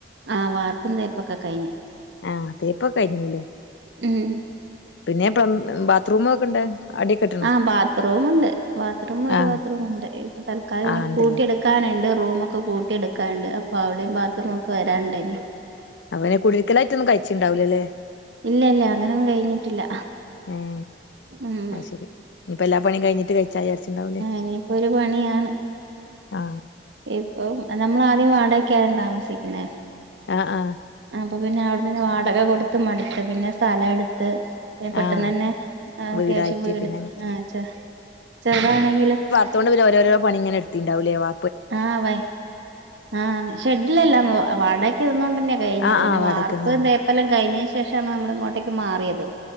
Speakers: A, on the right (about 85°); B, on the left (about 80°).
A: ആഹ് വാർത്തും തേപ്പൊക്കെ കയിഞ്ഞ്.
B: ആഹ് തേപ്പൊക്കെ കയിഞ്ഞ്ണ്ലെ?
A: ഉം.
B: പിന്നെ പ്ലം ബാത്റൂം ഒക്കെ ഇണ്ട് അടിയൊക്കെട്ട്.
A: ആഹ് ബാത്റൂമുണ്ട് ബാത്റൂം ഒരു
B: ആഹ്
A: ബാത്റൂമുണ്ട് ഇപ്പൊ തൽക്കാലം
B: ആഹ്
A: എനി
B: ഇണ്ടല്ലേ
A: കൂട്ടി എടു ക്കാനുണ്ട് റൂമൊക്കെ കൂട്ടി എടുക്കാനുണ്ട് അപ്പൊ അവിടേം ബാത്ത്റൂമൊക്കെ വരാണ്ടെനി.
B: അപ്പം പിന്നെ കുടിര്ക്കലായിട്ടൊന്നും കയിച്ച് ണ്ടാവൂല ലേ?
A: ഇല്ല ഇല്ല അങ്ങനെയൊന്നും കഴിഞ്ഞിട്ടില്ല
B: ഏഹ്
A: ഉം
B: അത് ശരി ഇനിയിപ്പ എല്ലാ പണിയും കഴിഞ്ഞിട്ട് കഴിച്ചാ വിചാരിച്ചിണ്ടാവൂലേ
A: ഇനിപ്പൊ ഒരു പണിയാണ്.
B: ആഹ്
A: ഇപ്പൊ നമ്മളാദ്യം വാടകക്കായിരുന്നു താമസിക്കുന്നേ.
B: ആഹ് ആഹ്
A: അപ്പൊ പിന്നെ അവിടെന്ന് വാടക കൊടുത്ത് മടുത്ത് പിന്നെ സ്ഥലം എടുത്ത്. പെട്ടെന്ന്
B: ആഹ്
A: തന്നെ അത്യാവശ്യം
B: വീടായിട്ട്
A: വീട്
B: പിന്നെ
A: ആ ചെ ചെറുതാണെങ്കിലും.
B: ത്തോണ്ട് പിന്നെ ഓരോരോ പണിങ്ങനെ എട്ത്തീണ്ടാവ് ലെ വാ
A: ആഹ് വൈ ആ ഷെഡിലല്ല അങ്ങ് വാടകക്ക് നിന്നൊണ്ടേന്നെ. കഴിഞ്ഞത്
B: ആഹ്
A: പിന്നെ
B: ആഹ് വാടക്ക്ന്ന്
A: വാർപ്പ്
B: ആഹ്
A: തേപ്പല്ലാം കഴിഞ്ഞ ശേഷാണ് നമ്മള് ഇങ്ങോട്ടേക്ക് മാറിയത്.